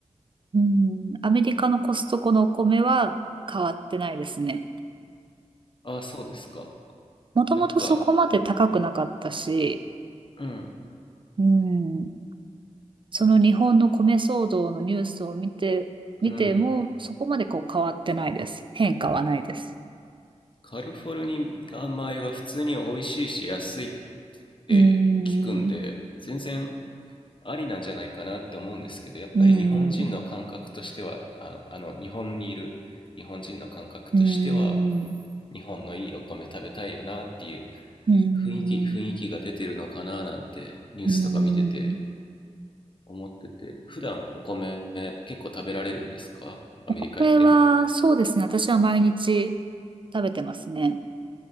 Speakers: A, on the right (about 40°); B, on the left (about 45°).
A: うん、アメリカのコストコのお米は変わってないですね。
B: あ、そうですか。
A: もともとそこまで高くなかったし、
B: なんか、うん、
A: うん、その日本の米騒動のニュースを見て、見てもそこまでこう変わってないです。
B: うん。
A: 変化はないです。
B: カリフォルニア米は普通に美味しいし安いって聞くんで、
A: うーん、
B: 全然ありなんじゃないかなって思うんですけど、やっぱり日本人の感覚としては、
A: うーん、
B: あ、あの、日本にいる日本人の感覚としては、
A: うーん、
B: 日本のいいお米食べたいよなっていう
A: うーん、
B: 雰囲気、雰囲気が出てるのかななんてニュースとか見てて
A: うーん。
B: 思ってて、普段お米結構食べられるんですかアメリカ行っても。
A: これはそうですね。私は毎日食べてますね。